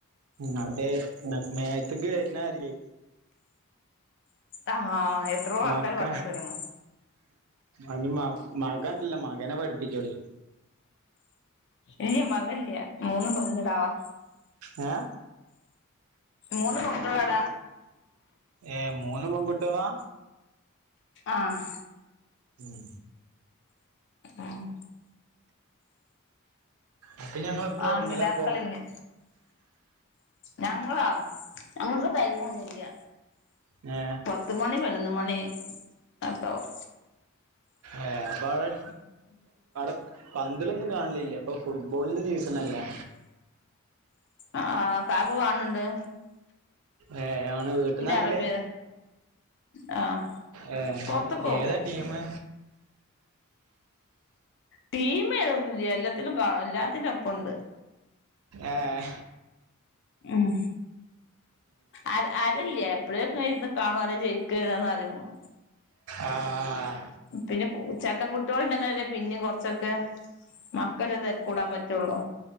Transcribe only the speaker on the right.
ഉം അതേ മേ മേത്ത്ക്ക് വര്ന്നെ അറ്യാ.
മക്ക
ഇനി മക മകൻല്ലേ മകനെ പഠിപ്പിച്ചോളി.
ഏ.
ഏ മൂന്ന് പെൺകുട്ട്യാളാ.
മ്.
അപ്പൊ ഞങ്ങൾ എപ്പളും
ഉറങ്ങലപ്പൊ
ഏ
ഏ അപ്പവ്ടെ <unintelligible> പന്തളിന്നും കാണലില്ലേ ഇപ്പൊ ഫുട്ബോൾന്റെ സീസണ്ല്ലേ?
ഏ അങ്ങനെ വീട്ട്ന്നാല്ലേ.
ഏ
ഏതാ ടീമ്?
ഏ.
ആഹ്.